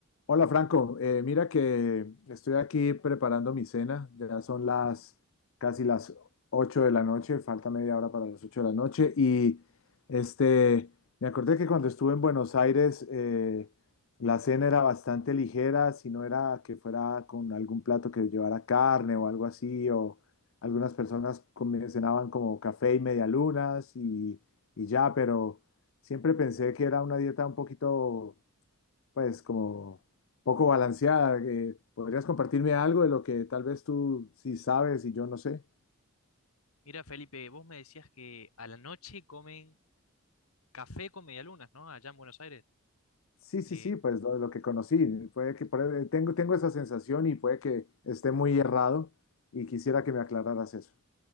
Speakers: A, on the left; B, on the left.
A: Hola Franco, Eh, mira que estoy aquí preparando mi cena, ya son las casi las 8 de la noche, falta media hora para las 8 de la noche y este, me acordé que cuando estuve en Buenos Aires eh, la cena era bastante ligera, si no era que fuera con algún plato que llevara carne o algo así, o algunas personas comi- cenaban como café y medialunas y, y ya, pero siempre pensé que era una dieta un poquito pues como poco balanceada. que ¿podrías compartirme algo de lo que tal vez tú sí sabes y yo no sé?
B: Mira, Felipe, vos me decías que a la noche comen café con medialunas, ¿no? Allá en Buenos Aires.
A: Sí, sí,
B: Eh,
A: sí, pues lo, lo que conocí. Puede que por- eh, tengo, tengo esa sensación y puede que esté muy errado y quisiera que me aclararas eso.